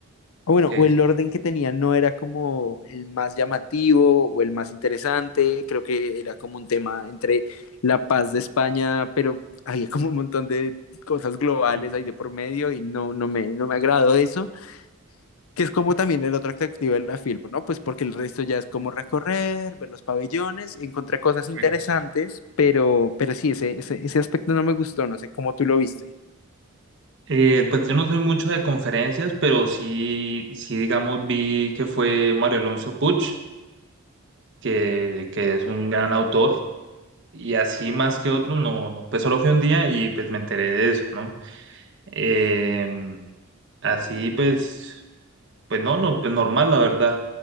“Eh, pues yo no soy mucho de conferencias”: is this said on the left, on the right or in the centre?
Right